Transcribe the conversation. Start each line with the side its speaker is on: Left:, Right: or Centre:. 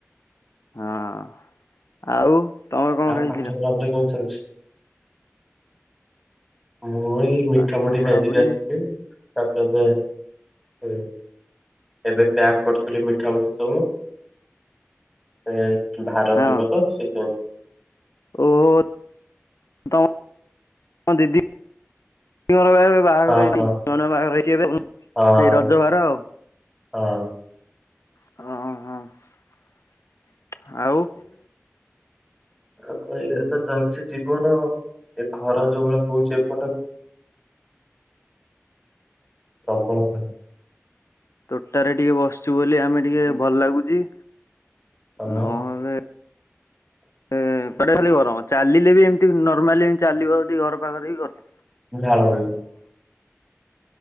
Left: ହଁ ଆଉ ତମେ କଣ
Centre: ଆଉ
Left: ଖାଇଥିଲ?
Centre: ପାଠ ପଢାପଢି କଣ ଚାଲିଛି? ମୁଁ ଏଇ ମିଠାମୁଢି
Left: ପାଠ
Centre: ଖାଇଦେଇକି
Left: ପଢାପଢି
Centre: ଆସିଥିଲି। ତାପରେ ଏବେ ଏବେ ପ୍ୟାକ୍ କରୁଥିଲି ମିଠାମୁଠି ସବୁ। ଏ ଭାର
Left: ହଁ
Centre: ଯିବତ ସେଇଥିପାଇଁ।
Left: ଓହୋ ତ ଦିଦି <unintelligible> ବାହାଘର
Centre: ହଁ
Left: ହେଇଚି
Centre: ହଁ
Left: ବାହାଘର ହେଇଚି ଏବେ
Centre: ହଁ
Left: ସେଇ ରଜ ଭାର ଆଉ।
Centre: ହଁ।
Left: ହଁ ହଁ ହଁ ଆଉ।
Centre: ଆ କି ଏ ତ ଚାଲିଛି ଜୀବନ ଆଉ ଏ ଖରା ଯୋଉ ଭଳିଆ ହଉଛି ଏପଟ <unintelligible>
Left: ତୋଟାରେ ଟିକେ ବସିଛୁ ବୋଲି ଆମେ, ଟିକେ ଭଲ ଲାଗୁଛି।
Centre: ହଁ
Left: ନହେଲେ
Centre: <inaudible>
Left: ଏ ପଟେ ଖାଲି ଗରମ ଚାଲିଲେ ବି ଏମିତି ନର୍ମାଲି ଏମତି ଚାଲିବ ଯଦି ଘର ପାଖରେ ବି ଗର
Centre: ଝାଳ ବହିବ।